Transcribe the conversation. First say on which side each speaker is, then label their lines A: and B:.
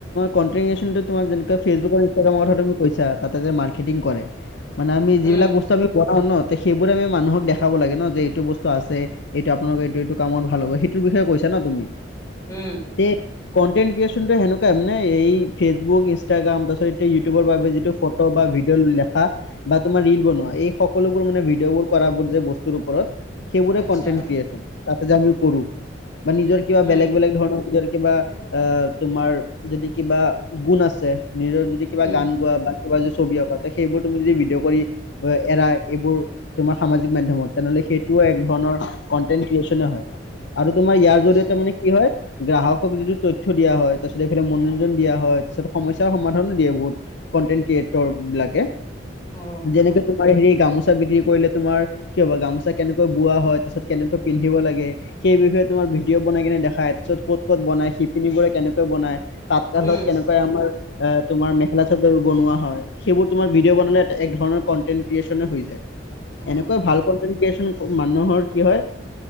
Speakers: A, on the left; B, on the left.
A: কণ্টেণ্ট ক্ৰিয়েচন তোমাৰ যেনেকা ফেচবুক, ইনষ্ট্ৰাগামত কথাটো কৈছা তাতে মাৰ্কেটিং কৰে মানে আমি যিবিলাক
B: উম
A: বস্তু আমি বনাওঁ ন। সেইবোৰে আমি মানুহক দেখাব লাগে ন যে এইটো বস্তু আছে, এইটো আপোনালোকৰ এইটো এইটো কামত ভাল হ'ব। সেইটো বিষয়ে কৈছা ন তুমি?
B: উম।
A: তে কণ্টেণ্ট ক্ৰিয়েচনটো সেনেকুৱাই মানে এই ফেচবুক, ইনষ্টাগ্ৰাম তাৰপিছত ইউটিউবৰ বাবে যিটো ফটো বা ভিডিঅ' লিখা বা তোমাৰ ৰিল বনোৱা। এই সকলোবোৰ মানে ভিডিঅ' বোৰ কৰাৰ যে বস্তুৰ ওপৰত সেইবোৰে
B: আচ্ছা
A: কনটেনট ক্ৰিয়েচন, তাতে যে আমি কৰো। বা নিজৰ কিবা
B: উম
A: বেলেগ বেলেগ ধৰণৰ নিজৰ কিবা আহ' তোমাৰ যদি কিবা গুণ আছে নিজৰ যদি- কিবা
B: উম
A: গান গোৱা বা কিবা যদি ছবি অঁকা ত' সেইবোৰ তুমি যদি ভিডিঅ' কৰি এৰা এইবোৰ- তোমাৰ সামাজিক মাধ্যমত তেনে হ'লে সেইটোও এক ধৰণৰ কনটেনট ক্ৰিয়েচনে হয়। আৰু তোমাৰ ইয়াৰ
B: আচ্ছা
A: জৰিয়তে মানে কি হয়- গ্ৰাহক যিটো তথ্য দিয়া হয়, তাৰপিছত এইফালে মনোৰঞ্জন দিয়া হয়, তাৰপিছত সমস্যাৰ সমাধানো দিয়ে বহুত। কনটেনট ক্ৰিয়েটৰ বিলাকে।
B: অ
A: যেনেকে তোমাৰ হেৰি গামোচা বিক্ৰী কৰিলে তোমাৰ- কিয় বা গামোচা কেনেকৈ বোৱা হয়, তাৰপিছত কেনেকৈ পিন্ধিব লাগে, সেই বিষয়ে তোমাৰ ভিডিঅ' বনাই কিনে দেখা খাই, তাৰপিছত ক'ত ক'ত বনাই, শিপিনী বোৰে কেনেকৈ বনাই, তাঁত শালত
B: উম
A: কেনেকৈ আমাৰ- এ তোমাৰ মেখেলা-চাদৰ বনোৱা হয়। সেইবোৰ তোমাৰ ভিডিঅ' বনালে এক ধৰণৰ কন্টেন্ট ক্ৰিয়েচনে হৈ যায়।
B: অ
A: এনেকৈ ভাল কণ্টেণ্ট ক্ৰিয়েচন- মানুহৰ কি হয়